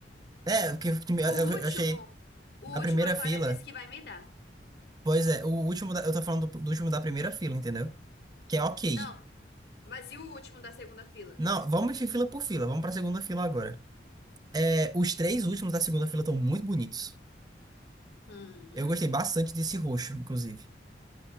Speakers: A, on the right (about 20°); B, on the left (about 60°).
A: É, porque eu
B: O último!
A: achei.
B: O
A: Da primeira
B: último a Clara
A: fila.
B: disse que vai me dar.
A: Pois é, o último da- eu tô falando do, do último da primeira fila, entendeu? Que é ok.
B: Não, mas e o último da segunda fila?
A: Não, vamos de fila por fila, vamos pra segunda fila agora. É, os três últimos da segunda fila estão muito bonitos.
B: Hum,
A: Eu gostei bastante desse roxo, inclusive.